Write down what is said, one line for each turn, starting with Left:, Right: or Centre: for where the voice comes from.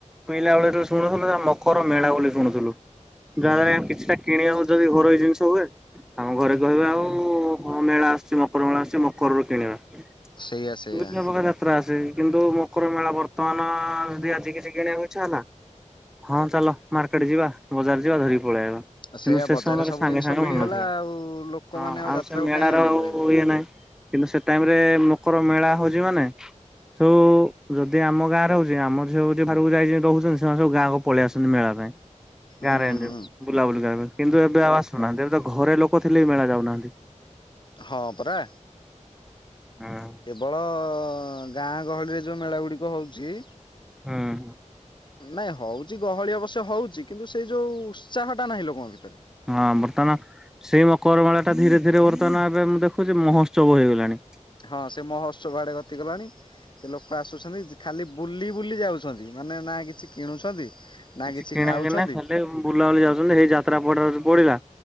Centre: ପିଲା ବେଳରୁ ଶୁଣୁଥିଲୁ <inaudible> ମକର ମେଳା ବୋଲି ଶୁଣୁଥିଲୁ <inaudible>
Left: ହୁଁ
Centre: କିଛିଟା କିଣିବାକୁ ଯଦି ଘରୋଇ ଜିନିଷ ହୁଏ ଆମ ଘରେ କହିବେ ଆଉ ମେଳା ଆସୁଛି ମକର ମେଳା ଆସୁଛି ମକରରୁ କିଣିବା।
Left: ସେଇଆ ସେଇଆ
Centre: ବିଭିନ୍ନ ପ୍ରକାର ଯାତ୍ରା ଆସେ। କିନ୍ତୁ ମକର ମେଳା ବର୍ତ୍ତମାନ ଯଦି ଆଜି କିଛି କିଣିବାକୁ ଇଚ୍ଛା ହେଲା ହଁ ଚାଲ ମାର୍କେଟ ଯିବା ବଜାର ଯିବା ଧରିକି ପଳେଇଆଇବା। କିନ୍ତୁ
Left: ସେଇଆ
Centre: ସେ
Left: ବଜାରରେ
Centre: ସମୟରେ
Left: ସବୁ
Centre: ସାଙ୍ଗେସାଙ୍ଗେ
Left: ଜିନିଷ ମିଳିଗଲା
Centre: ମିଳୁନଥିଲା
Left: ଆଉ ଲୋକମାନେ
Centre: ହଁ ଆଉ
Left: ଯାତ୍ରାକୁ
Centre: ସେ ମେଳାର
Left: କାହିଁ ଅନେଇକି
Centre: ଆଉ
Left: ରହିବେ।
Centre: ଇଏ ନାହିଁ। କିନ୍ତୁ ସେ ଟାଇମରେ ମକର ମେଳା ହଉଛି ମାନେ ସବୁ-ଉ-ଉ ଯଦି ଆମ ଗାଁରେ ହଉ <inaudible> ଆମର ସବୁ ଯିଏ ଭାହାରକୁ ଯାଇ ରହୁଛନ୍ତି ସେମାନେ ସବୁ ଗାଆଁକୁ ପଳେଇ ଆସନ୍ତି ମେଳା ପାଇଁ, ଗାଁରେ
Left: ହୁଁ
Centre: ଏମିତି
Left: ହୁଁ
Centre: ବୁଲାବୁଲି କରିବା ପାଇଁ। କିନ୍ତୁ ଏବେ ଆଉ ଆସୁନାହାନ୍ତି ଏବେ ତ ଘରେ ଲୋକ ଥିଲେ ବି ମେଳା ଯାଉନାହାନ୍ତି।
Left: ହଁ ପରା।
Centre: ହଁ
Left: କେବଳଅ-ଅ-ଅ ଗାଁଆଗହଳିରେ ଯୋଉ ମେଳା ଗୁଡିକ ହଉଛି
Centre: ହଁ- ହଁ।
Left: ନାଇଁ ହଉଛି ଗହଳି ଅବଶ୍ୟ ହଉଛି କିନ୍ତୁ ସେଇ ଯୋଉ ଉତ୍ସାହଟା ନାହିଁ ଲୋକଙ୍କ ଭିତରେ।
Centre: ହଁ ବର୍ତ୍ତମାନ ସେଇ ମକର ମେଳାଟା ଧୀରେ ଧୀରେ ବର୍ତ୍ତମାନ ଏବେ ମୁଁ ଦେଖୁଛି ମହୋ ଉତ୍ସବ ହେଇଇଗଲାଣି।
Left: ହଁ ସେ ମହୋତ୍ସବ ଆଡେ ଗତିକଲାଣି। ସେ ଲୋକ ଆସୁଛନ୍ତି ଖାଲି ବୁଲି ବୁଲି ଯାଉଛନ୍ତି ମାନେ ନା କିଛି କିଣୁଛନ୍ତି ନା
Centre: କିଛି କିଣାକିିଣି
Left: ଖାଉଛନ୍ତି
Centre: ନାହିଁ ଖାଲି ବୁଲାବୁଲି ଯାଉଛନ୍ତି ସେଇ ଯାତ୍ରା ପଡ ପଡିଲା।